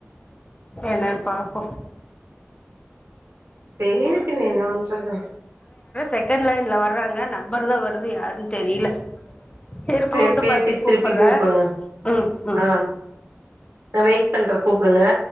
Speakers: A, on the left; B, on the right.
A: என்னன்னு பாப்போ
B: சேரி பின்ன என்ன என்னபன்றது
A: செகெண்ட் லைன்ல வர்றாங்க நம்பர் தா வருது யாருன்னு தெரியல செரி
B: சேரி
A: கூப்ட்டு
B: பேசிட்
A: பாத்துட்டு
B: திருப்பி
A: கூப்பட்றே
B: கூப்டுங்க
A: ம் ம்
B: ஆ நா வெயிட் பண்றே கூப்புடுங்க